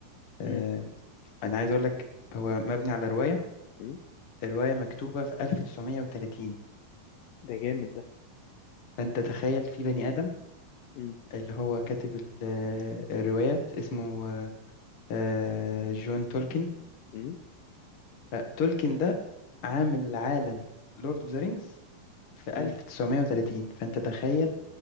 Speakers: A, on the left; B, on the left.
A: آه،
B: امم
A: انا عايز اقول لك هو مبني على رواية
B: امم
A: الرواية مكتوبة في 1930
B: ده جامد ده
A: فانت تخيل في بني آدم
B: امم
A: اللي هو كاتب ال- آه، الروايات اسمه آه، آه، جون تولكن
B: امم
A: آه، تولكن ده عامل عالم لورد اوف ذا رينجز في
B: امم،
A: 1930 فانت تخيل